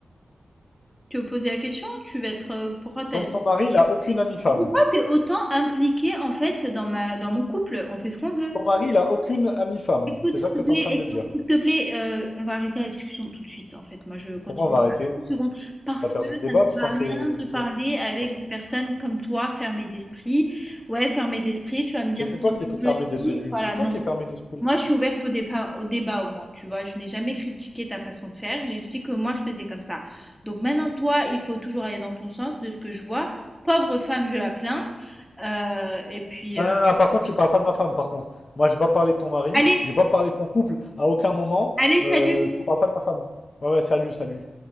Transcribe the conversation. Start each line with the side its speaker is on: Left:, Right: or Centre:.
Centre: Tu veux poser la question? Tu veux être, heu, pourquoi tu
Left: Donc ton mari, il a aucune amie femme.
Centre: pourquoi t'es autant impliquée, en fait, dans ma dans mon couple? On fait ce qu'on veut.
Left: Ton mari, il a aucune amie femme.
Centre: Écoute,
Left: C'est
Centre: s'il
Left: ça que
Centre: te
Left: t'es
Centre: plaît,
Left: en train de
Centre: écoute,
Left: me dire.
Centre: s'il te plaît, heu, on va arrêter la discussion tout de suite, en fait. Moi, je continue
Left: Pourquoi on va arrêter?
Centre: pas 1 seconde parce
Left: T'as perdu
Centre: que
Left: le débat,
Centre: ça ne sert
Left: tu sens
Centre: à rien
Left: que... Qu'est-ce
Centre: de parler
Left: qu'il y a?
Centre: avec
Left: C'est parce que
Centre: des personnes
Left: quoi
Centre: comme toi, fermées d'esprit. Ouais, fermées d'esprit, tu vas me dire
Left: C'est
Centre: que
Left: toi
Centre: c'est moi
Left: qui étais
Centre: qui le
Left: fermé dès
Centre: suis,
Left: le début.
Centre: voilà,
Left: C'est toi
Centre: non.
Left: qui es fermé d'esprit.
Centre: Moi, je suis ouverte au débat au débat au moins, tu vois? Je n'ai jamais critiqué ta façon de faire, j'ai juste dit que moi, je faisais comme ça. Donc maintenant, toi, il faut toujours aller dans ton sens, de ce que je vois. Pauvre femme, je la plains, heu et puis,
Left: Ah,
Centre: heu,
Left: non, non, non, par contre, tu parles pas de ma femme, par contre. Moi, j'ai pas parlé de ton mari,
Centre: allez,
Left: j'ai pas parlé de ton couple à aucun moment.
Centre: allez,
Left: Euh,
Centre: salut!
Left: tu parles pas de ma femme. Ouais, ouais, salut, salut.